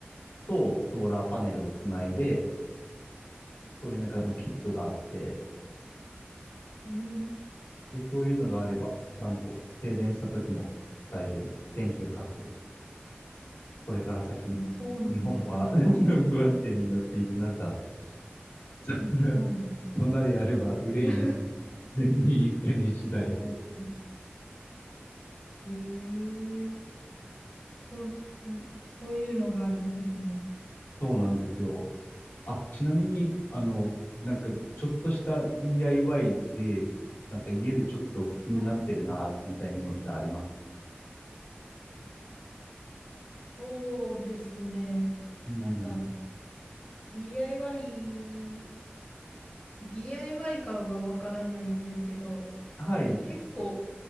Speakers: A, on the left (about 70°); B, on the left (about 40°).
A: と、ソーラーパネルをつないで、そういうなんかもうキットがあって、
B: うん、
A: で、そういうのがあれば、なんと、停電した時も大丈夫です。電気が確保できる。これから先、
B: あ、そうなんですね。
A: 日本はどんどん不安定になっていく中、そんな
B: はい。
A: 備えあれば憂いなし。
B: <laughs>
A: 全員一家に一台。
B: おー、ええそう、そういうのがあるんですね。
A: そうなんですよ。あ、ちなみに、あの、なんか、ちょっとした DIY で、なんか家でちょっと気になってるな、
B: はい。
A: みたいなのってあります。
B: そうですね。
A: うん。
B: なんか DIY、DIY かはわからないんですけど、
A: はい。
B: なんか結構、